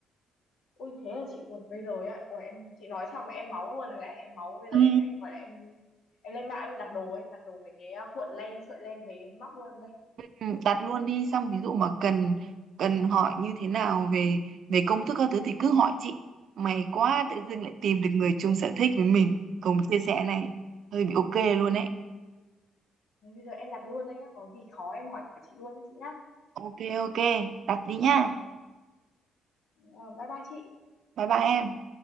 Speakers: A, on the left (about 75°); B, on the right (about 65°).
A: ui thế là chị uột bây giờ á, ui em chị nói xong mà em máu luôn rồi đấy em máu bây
B: Ừ.
A: giờ em phải gọi là em em lên mạng em đặt đồ ấy đặt đồ mấy cái à, cuộn len sợi len về em móc luôn đây
B: Ừ, đặt luôn đi. Xong ví dụ mà cần cần hỏi như thế nào về về công thức các thứ thì cứ hỏi chị. May quá tự dưng lại tìm được người chung sở thích với mình. Cùng chia sẻ này hơi bị ok luôn đấy.
A: Thế bây giờ em đặt luôn đây nhá có gì khó em hỏi chị luôn nhé chị nhá
B: ok ok đặt đi nha
A: Ờ, bye bye chị
B: bye bye em